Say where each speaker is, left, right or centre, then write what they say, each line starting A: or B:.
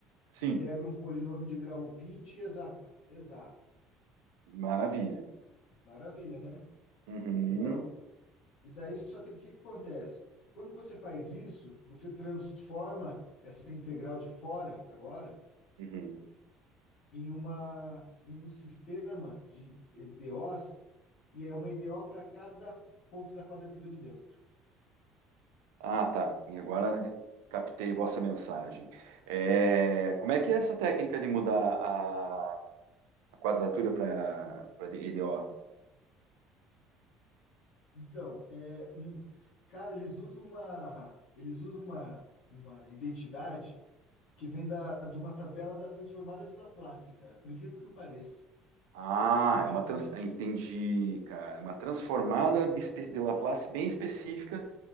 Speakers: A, on the right (about 85°); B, on the left (about 75°).
A: Sim,
B: Integra um polinômio de grau 20 exato. Exato.
A: maravilha.
B: Maravilha, né?
A: Uhum,
B: Então, e daí, só que o que que acontece? Quando você faz isso, você transforma essa integral de fora agora
A: uhum.
B: em uma em um sistema de EDOs e é uma EDO para cada ponto da quadratura de dentro.
A: Ah, tá. E agora captei vossa mensagem. É, como é que é essa técnica de mudar a a quadratura para EDO?
B: Então, é um, cara, eles usam uma, eles usam uma, uma identidade que vem da, de uma tabela da transformada de Laplace, cara, por incrível que pareça.
A: Ah,
B: Acredita
A: é uma trans...
B: nisso?
A: entendi, cara. É uma transformada bispe- de Laplace bem específica.